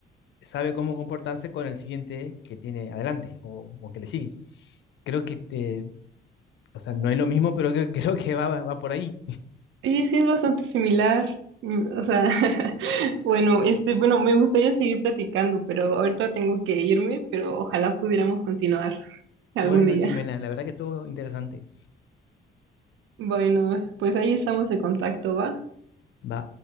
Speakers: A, on the left; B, on the right.
A: sabe cómo comportarse con el siguiente que tiene adelante o, o que le sigue. Creo que, eh, o sea, no es lo mismo, pero creo, <laughs> creo que va, va, va por ahí.
B: Sí, sí, es bastante similar. Mm, O sea, <laughs> bueno, este, bueno, me gustaría seguir platicando, pero ahorita tengo que irme, pero ojalá pudiéramos continuar algún
A: Bueno,
B: día.
A: Jimena, la verdad que estuvo interesante.
B: Bueno, pues ahí estamos en contacto, ¿va?
A: Va.